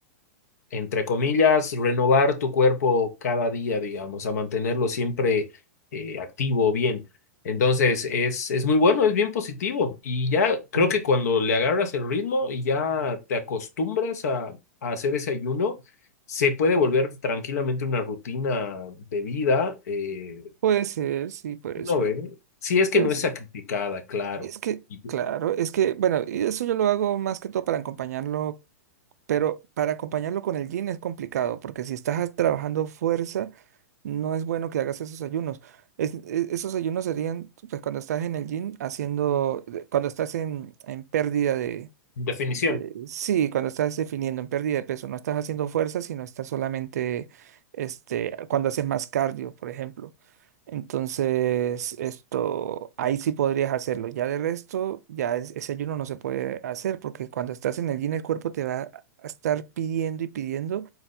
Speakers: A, on the left; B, on the right.
A: entre comillas, renovar tu cuerpo cada día, digamos, a mantenerlo siempre eh, activo, bien. Entonces, es, es muy bueno, es bien positivo. Y ya creo
B: Mm.
A: que cuando le agarras el ritmo y ya te acostumbras a, a hacer ese ayuno, se puede volver tranquilamente una rutina de vida. eh,
B: puede ser, sí, puede
A: no
B: ser,
A: ve, si es que
B: puede
A: no
B: ser.
A: es sacrificada, claro.
B: Es que,
A: Y
B: claro, es que, bueno, y eso yo lo hago más que todo para acompañarlo Pero para acompañarlo con el gin es complicado, porque si estás trabajando fuerza, no es bueno que hagas esos ayunos. Es- e- esos ayunos serían, pues, cuando estás en el gym haciendo, de- cuando estás en, en pérdida
A: Definición.
B: de- sí, cuando estás definiendo en pérdida de peso, no estás haciendo fuerza, sino estás solamente, este, cuando haces más cardio, por ejemplo. Entonces, esto, ahí sí podrías hacerlo. Ya de resto, ya es- ese ayuno no se puede hacer porque cuando estás en el gym, el cuerpo te va a estar pidiendo y pidiendo